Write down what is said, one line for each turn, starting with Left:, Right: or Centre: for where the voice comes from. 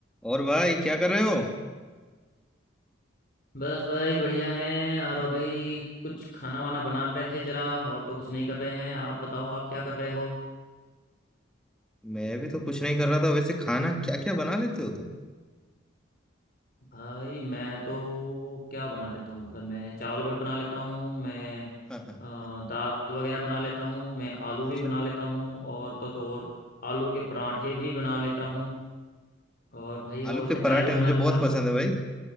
Centre: और भाई क्या कर रहे हो
Left: बस भाई बढ़िया हैं और अभी कुछ खाना वाना बना रहे थे जरा और तो कुछ नहीं कर रहे हैं आप बताओ आप क्या कर रहे हो
Centre: मैं भी तो कुछ नहीं कर रहा था वैसे खाना क्या क्या बना लेते हो तुम
Left: भाई मैं तो क्या बना लेता हूँ मतलब मैं चावल भी बना लेता हूँ मैं
Centre: हाँ हाँ
Left: अ, दाल वगैरह बना लेता हूँ मैं आलू
Centre: अच्छा
Left: भी बना लेता हूँ और तो जो और आलू के पराठे भी बना लेता हूँ और भाई और
Centre: आलू के
Left: मैं चाय
Centre: पराठे
Left: भी बना
Centre: मुझे
Left: लेता
Centre: बहुत
Left: हूँ
Centre: पसंद है भाई